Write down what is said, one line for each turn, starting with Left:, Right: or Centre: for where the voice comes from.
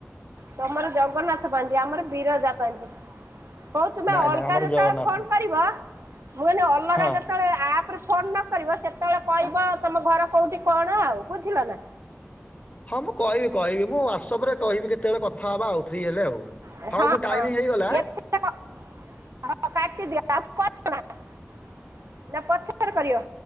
Right: ତମର ଜଗନ୍ନାଥ ପାଞ୍ଜି ଆମର ବିରଜା ପାଞ୍ଜି। ହଉ ତୁମେ
Left: ନାଇଁ
Right: ଅଲଗା
Left: ନାଇଁ ଆମର
Right: ଯେତେବେଳେ
Left: ଜଗନ୍ନାଥ
Right: ଫୋନ କରିବ ମୁଁ ଅଲଗା
Left: ହଁ
Right: ଜ ସେତଳେ ଆପ ରେ ଫୋନ ନକିରିବ ସେତଳେ କଇବ ତମ ଘର କୋଉଠି କଣ ଆଉ ବୁଝିଲ ନା।
Left: ହଁ ମୁଁ କଇବି କଇବି ମୁଁ ୱାସପ ରେ କହିବି କେତବେଳେ କଥା ଅବା ଆଉ ଫ୍ରି ହେଲେ ଆଉ।
Right: ହଁ
Left: ହଉ ମୁଁ ଟାଇମ ହେଇଗଲା
Right: ହଁ <unintelligible> କାଟିଦିଅ <unintelligible> ନା ପଛରେ କରିବ?